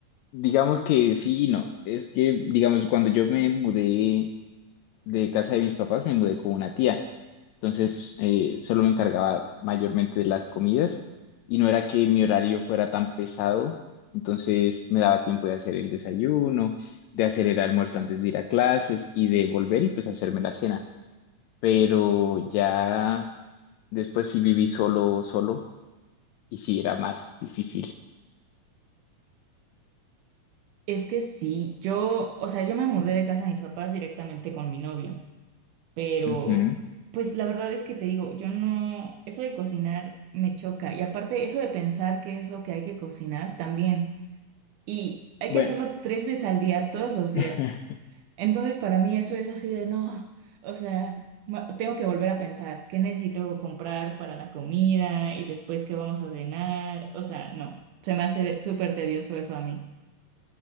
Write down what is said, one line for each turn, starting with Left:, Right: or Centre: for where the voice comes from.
Left: digamos que sí y no. Es que, digamos, cuando yo me mudé de casa de mis papás, me mudé con una tía. Entonces, eh, solo me encargaba mayormente de las comidas y no era que mi horario fuera tan pesado. Entonces, me daba tiempo de hacer el desayuno, de hacer el almuerzo antes de ir a clases y de volver y pues hacerme la cena. pero ya después sí viví solo, solo, y sí era más difícil.
Right: Es que sí, yo, o sea, yo me mudé de casa de mis papás directamente con mi novio, pero
Left: Ujú.
Right: pues la verdad es que te digo, yo no, eso de cocinar me choca y aparte eso de pensar qué es lo que hay que cocinar también. Y hay
Left: Bueno,
Right: que hacerlo tres veces al día, todos los días.
Left: <laughs>
Right: Entonces, para mí eso es así de no, o sea, ma- tengo que volver a pensar qué necesito comprar para la comida y después qué vamos a cenar. O sea, no, se me hace súper tedioso eso a mí.